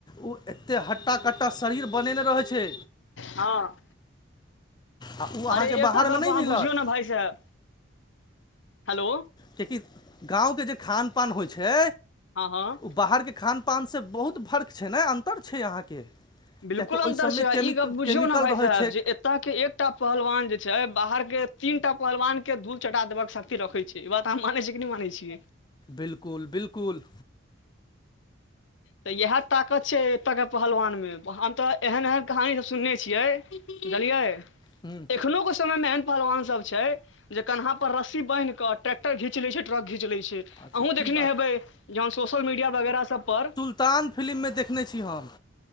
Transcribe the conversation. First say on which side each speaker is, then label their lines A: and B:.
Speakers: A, on the left; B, on the left.
A: ओ एतेक हट्टा कट्टा शरीर बनेने रहै छै।
B: हँ।
A: आ उ
B: अरे
A: अहाँके
B: एकटा
A: बाहरमे
B: गप
A: नहि
B: अहाँ
A: मिलत
B: बुझियौ नै भाई साहेब हेलो।
A: कियाकि गाव के जे खान पान होइ छै
B: आ हँ
A: ओ बाहरके खानपानसँ बहुत फर्क छै ने अन्तर छै अहाँके
B: बिलकुल
A: किएकि
B: अन्तर
A: ओहि सभमे
B: छ
A: केमिक
B: ई गप बुझियौ
A: केमिकल
B: ने भााय
A: रहै
B: साहेब
A: छै
B: जे ता के एकटा पहलवान जे छै बाहर के तीन टा पहलवान के धूल चटा देवा के शक्ति रखे छै ई बात हम मानै छिय कि नय मानै छियै
A: बिल्कुल बिलकुल
B: तऽ इएह ताकत छै एतय के पहलवान में हम तऽ एहन एहन कहानी सब सुनने छियै बुझलियै
A: हूँ
B: एखनोके समयमें एहन पहलवानसब छै जे कन्हा पर रस्सी बैन्ह के ट्रैक्टर घीच ले छै ट्रक घीच लय छै
A: अच्छा
B: अहूँ
A: की
B: देखने
A: बात
B: हेबै जन सोशल मीडिया वगैरह सब पर
A: तान फिलिम मे देखने छी हम